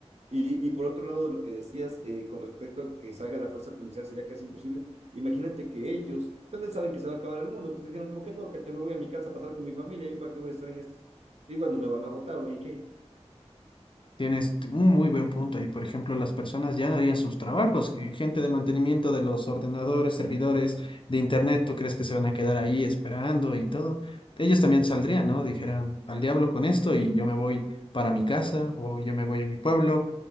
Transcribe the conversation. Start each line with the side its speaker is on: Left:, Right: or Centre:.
Right: Y, y por otro lado, lo que decías eh, con respecto a que salga la fuerza policial sería casi imposible. Imagínate que ellos también saben que se va a acabar el mundo, entonces dijeron como que no, cacha, me voy a mi casa a pasar con mi familia, ¿yo para qué voy a estar en esto? Y bueno, me van a votar, o ¿y qué?
Left: Tienes un muy buen punto ahí. Por ejemplo, las personas ya no harían sus trabajos. que Gente de mantenimiento de los ordenadores, servidores de internet, ¿tú crees que se van a quedar ahí esperando y todo? Ellos también saldrían, ¿no? Dijeran, al diablo con esto y yo me voy para mi casa o yo me voy a mi pueblo.